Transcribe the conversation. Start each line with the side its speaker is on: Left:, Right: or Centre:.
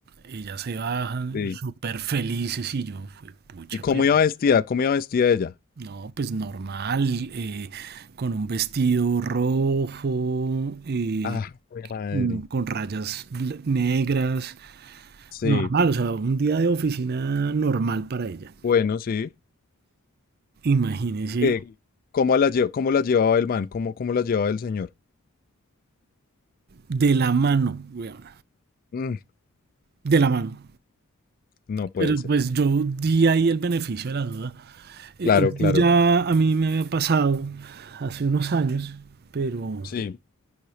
Right: ella se baja,
Left: Sí.
Right: súper felices y yo, fue pucha,
Left: ¿Y cómo
Right: pero
Left: iba vestida? ¿Cómo iba vestida ella?
Right: no, pues normal, eh, con un vestido rojo, eh,
Left: Ah, jue madre.
Right: mm, con rayas bl- negras,
Left: Sí.
Right: Normal, o sea, un día de oficina normal para ella.
Left: Bueno, sí.
Right: Imagínese,
Left: Eh, ¿cómo la lle- cómo la llevaba el man? ¿Cómo, cómo la llevaba el señor?
Right: de la mano, weón,
Left: Mm,
Right: de la mano.
Left: no puede
Right: Pero
Left: ser.
Right: pues yo di ahí el beneficio de la duda. Eh,
Left: Claro,
Right: esto
Left: claro.
Right: ya a mí me había pasado hace unos años, pero,
Left: Sí,